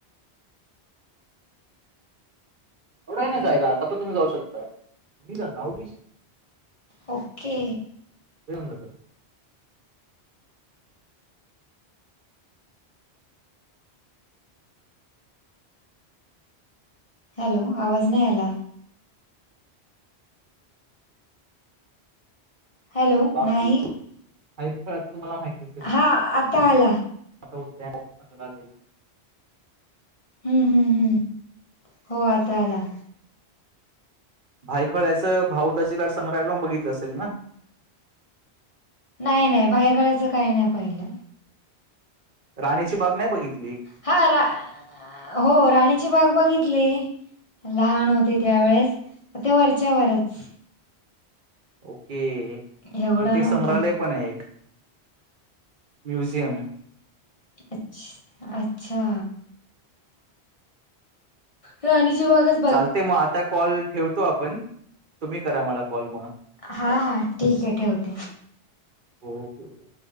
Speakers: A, on the right; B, on the left.
A: एवढं आहे ना जायला आता पण तुम्ही जाऊ शकता तुही जा आवडी
B: ओके.
A: सगळे जण जातात.
B: हॅलो आवाज नाही आला. हॅलो
A: बाकी
B: नाही.
A: ह तुम्हाला माहित असेल
B: हा आता आला.
A: आतागले <inaudible>
B: हम्म हम्म हम्म हो आता आला.
A: भायखळ्याचं भाऊताची लट संग्रहालय पण बघित असेल ना,
B: नाही नाही भायकळ्याच काही नाही पाहिलं.
A: राणीची बाग नाही बघितली.
B: हा, रा.. हो राणीची बाग बघितली. लहान होते त्यावेेळेस ते वरच्यावरच
A: ओके तिथे
B: एवढा नव्हता.
A: संग्रहालय पण आहे एक म्यूझियम
B: अच अच्छा राणीच्या बागाच
A: चालते मग आता कॉल ठेवतो आपण, तुम्ही करा मला कॉल म
B: हा हा ठीक आहे ठेवते.
A: Okay okay